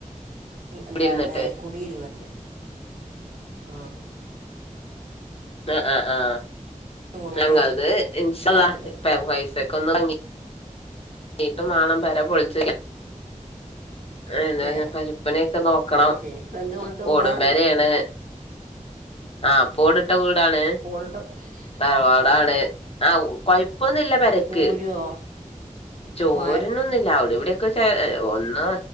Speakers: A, on the right (about 80°); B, on the left (about 45°).
A: എന്താണ്
B: കുടിയിരുന്നിട്ട്
A: വി ഇരുന്നിട്ട് ആഹ്
B: അ അ ആ
A: ജൂണിനാണ്
B: ഞങ്ങത് ഇൻഷല്ല
A: അവൾക്കത്
B: ഇപ്പ പൈസക്ക ഒന്ന് ഭങ്ങി നീട്ടുമാണം പെര പൊളിചോക്യ എന്താ
A: ഏ
B: പരപ്പണി യൊക്കെ നോക്കണം
A: ആ, ശരി ഇപ്പൊ എന്ത് കൂടിട്ട് കൂടാ
B: ഓട്മ്പരയാണ് ആഹ് പോടുട് ട്ട വീടാണ്
A: കൂടിട്ട്
B: തറവാടാണ്
A: ആ
B: ആ പൈപ്പ് ഇപ്പൊന്നില്ല പരക്ക്
A: ചോരുവോ
B: ചോരുന്നൊന്നുല്
A: മഴ
B: അവിടെ ഇവിടെയൊക്കെചെ ഒന്ന്